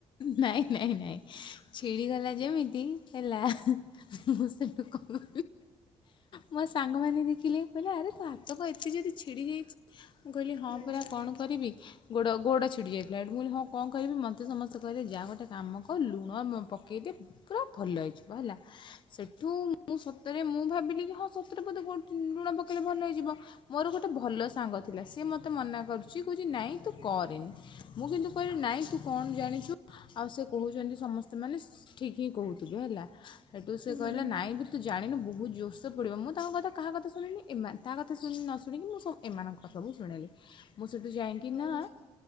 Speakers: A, on the left (about 45°); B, on the left (about 65°).
A: ନାଇଁ ନାଇଁ ନାଇଁ ଛିଡିଗଲା ଯେମିତି ହେଲା ମୁଁ ସେଠୁ କ ମୋ ସାଙ୍ଗମାନେ ଦେଖିଲେ କହିଲେ ଆରେ ତୋ ହାତ କଣ ଏତେ ଯଦି ଛିଡ଼ି ଯାଇଛି? ମୁଁ କହିଲି ହଁ
B: ଆଚ୍ଛା
A: ପରା କଣ କରିବି? ଗୋଡ଼ ଗୋଡ଼ ଛିଟି ଯାଇଥିଲା ଏଠି ମୁଁି ହଁ କଣ କହିବି ମୋତେ ସମସ୍ତେ କହିଲେ ଯାହା ଗୋଟେ କାମ କର ଲୁଣ ପକେଇଦି ପୁରା ଭଲ ହେଇଯିବ ହେଲା ସେଠୁ ମୁଁ ସତରେ ମୁଁ ଭାବିଲି କି ହଁ ସତରେ ବୋଧେ ଲୁଣ ପକେଇଲେ ଭଲ ହେଇଯିବ। ମୋର ଗୋଟେ ଭଲ ସାଙ୍ଗ ଥିଲା ସିଏ ମୋତେ ମନା କରୁଛି କହୁଛି ନାଇଁ ତୁ କରେନି। ମୁଁ କିନ୍ତୁ କହିଲି ନାଇଁ ତୁ କଣ ଜାଣିଛୁ ଆଉ ସେ କହୁଛନ୍ତି ସମସ୍ତେ ମାନେ ଠିକ୍ ହିଁ କହୁଥିବେ ହେଲା ସେଠୁ
B: ହୁଁ
A: ସେ କହିଲା
B: ହୁଁ
A: ନାଇଁ ବି ତୁ ଜାଣିନୁ ବହୁତ ଜୋରସ ପୋଡିବ। ମୁଁ ତାଙ୍କ କଥା କାହା କଥା ଶୁଣିନି ଏ କହା କଥା ଶୁଣିନି ନ ଶୁଣିକି ମୁଁ ସ ଏମାନଙ୍କ ସବୁ ଶୁଣିଲି ମୁଁ ସେଇଠୁ ଯାଇକିନା
B: ଆଚ୍ଛା